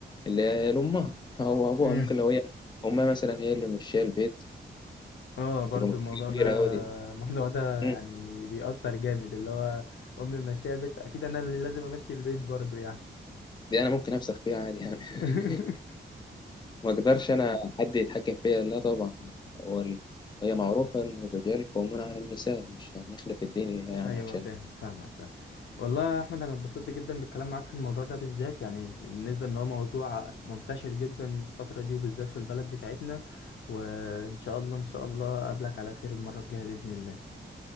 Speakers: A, on the left; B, on the left.
A: اللي هي لأمها هو أبوها
B: امم
A: ممكن لو هي أمها مثلا هي اللي مشية البيت
B: اه برضو
A: هتبقى
B: الموضوع
A: مشكلة
B: ده
A: كبيرة أوي دي
B: <laughs> الموضوع ده
A: مم.
B: يعني بيأثر جامد اللي هو امي ماشيه البيت اكيد انا اللي لازم امشي البيت برضو يعني
A: دي أنا ممكن أفسخ فيها عادي يعني <laughs>
B: <laughs>
A: ما أقدرش أنا حد يتحكم فيا لا طبعا هو ال- هي معروفة إن الرجال قوامون على النساء مش هنخلف الدين يعني
B: ايوه
A: عشان
B: فاهم فاهمك فاهم والله يا احمد انا اتبسطت جدا بالكلام معاك في الموضوع ده بالذات يعني بالنسبه ان هو موضوع منتشر جدا الفتره دي وبالذات في البلد بتاعتنا وان شاء الله ان شاء الله اقابلك على خير المره الجايه باذن الله